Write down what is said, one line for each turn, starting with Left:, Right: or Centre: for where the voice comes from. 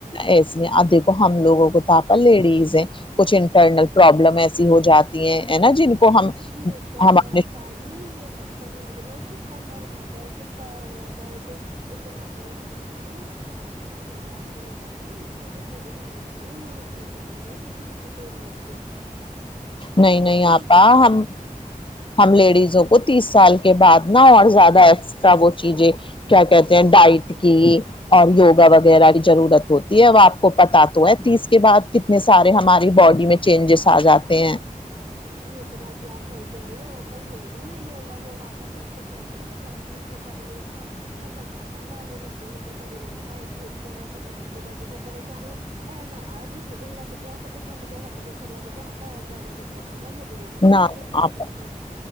Left: ایسی دیکھو ہم لوگوں کو تو آپا لیڈیز ہیں کچھ انٹرنل پرابلم ایسی ہو جاتی ہیں ہے نا جن کو ہم
Right: یہ تو
Left: ہم
Right: ہے
Left: اپنے
Right: با جی یہ بچچن سمجھ لو کہ کمر میں درد پیر میں درد اتنا پریشان ہو گئے ہیں کہ ہم امی جان تو ہی ہو جانی ن اتنی فڈی تو میں نہیں ہوئی میں اتنی نہیں رہتی جیتنی میں تو رہتی ہے
Left: نہیں
Right: یہ ایسی
Left: نہیں
Right: تھی
Left: <unintelligible> ہم لیڈیزوں کو تیس سال کے بعد نہ اور زیادہ ایکسٹرا وہ چیزیں کیا کہتے ہیں ڈائٹ کی اور یوگا وغیرہ کی ضرورت ہوتی اب آپ کو پتا تو ہے تیس کے بعد کتنے سارے ہماری باڈی میں چینجز آ جاتے ہیں
Right: یہ تو باجی آپ صحیح کہہ رہی ہو پر ہی ہے کیا نا یوگا وگا کا میں تو کہتے تھےسب کہ کر لیا کر پر سچ بتاؤ باجی میرے کو یہت تو ڈری لگتا ہے کہ ایک تو ویسے کمر کے دد سے پریشان ہو ایسا نہ ہو دن لٹ کے ایسا کچ جھٹکے فٹکے سے لگ جا تو اور زیاد دقت ہو جائے مجے لگتا
Left: نہ
Right: ان چیزوں
Left: آپ
Right: سے